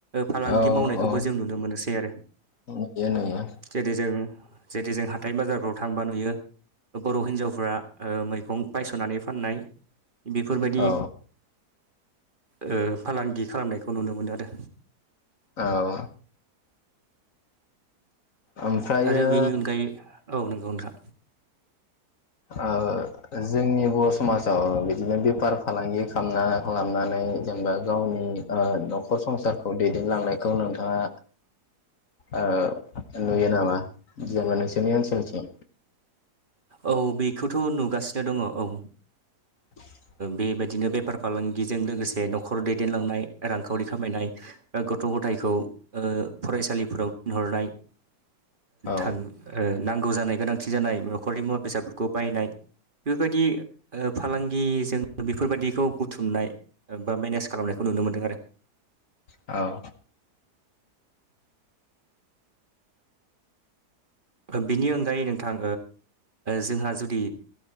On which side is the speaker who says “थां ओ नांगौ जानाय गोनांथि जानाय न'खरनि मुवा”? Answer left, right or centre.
Right